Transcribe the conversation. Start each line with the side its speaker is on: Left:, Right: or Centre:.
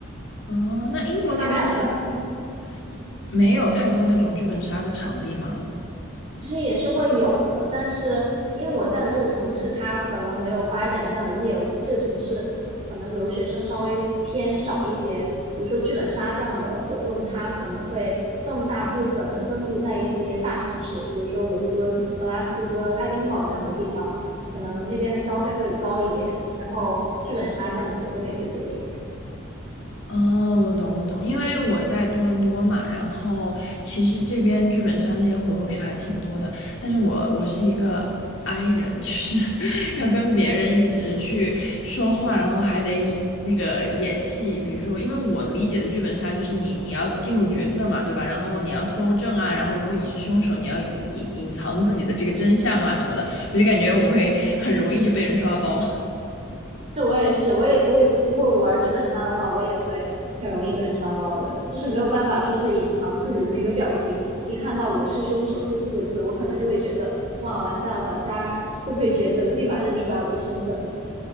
Left: 哦，那英国那边其实
Right: 发展不了
Left: 没有太多那种剧本杀的场地吗？
Right: 其实也是会有的，但是因为我在的这个城市，它可能没有发展这样的业务，这个城市可能留学生稍微偏少一些。比如说剧本杀这样的活动，它可能会更大部分的分布在一些大城市，比如说伦敦、格拉斯哥、爱丁堡这样的地方，可能那边的消费会高一点，然后剧本杀这样的活动也会多一些。
Left: 哦，我懂，我懂，因为我在多伦多嘛，然后其实这边剧本杀那些活动也还挺多的，但是我我是一个 i 人，就是 <laughs> 要跟别人一直去说话，然后还得那个演戏，比如说，因为我理解的剧本杀就是你你要进入角色嘛，对吧？然后你要搜证啊，然后如果你是凶手，你要隐隐隐藏自己的这个真相啊什么的，我就感觉我会很容易就被人抓包。
Right: 这我也是，我也我也，如果我玩剧本杀的话，我也会很容易被人抓包的，就是没有办法说是隐藏自己的那个表情，一看到“我是凶手”这四个字，我可能就会觉得哇完蛋了，大家会不会觉得立马认出来我的身份？